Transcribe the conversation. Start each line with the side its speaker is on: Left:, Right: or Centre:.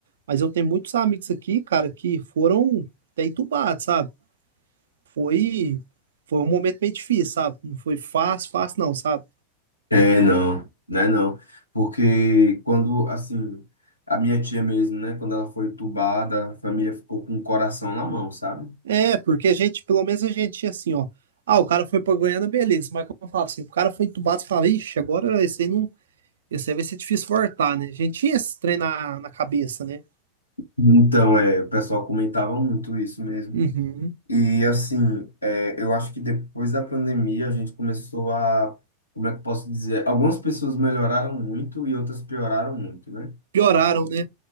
Right: Mas eu tenho muitos amigos aqui, cara, que foram até entubados, sabe? Foi, foi um momento meio difícil, sabe? Não foi fácil, fácil não, sabe?
Left: É, não, né, não. Porque quando, assim, a minha tia mesmo, né, quando ela foi entubada, a família ficou com o coração na mão, sabe?
Right: É, porque a gente, pelo menos a gente tinha assim, ó. Ah, o cara foi pra Goiânia, beleza. Mas como eu falava assim, o cara foi entubado, você falava, ixi, agora esse aí não Esse aí vai ser difícil voltar, né? A gente tinha esse trem na, na cabeça, né?
Left: Então, é, o pessoal comentava muito isso mesmo.
Right: Uhum.
Left: E, assim, é, eu acho que depois da pandemia a gente começou a, como é que eu posso dizer? Algumas pessoas melhoraram muito e outras pioraram muito, né?
Right: Pioraram, né?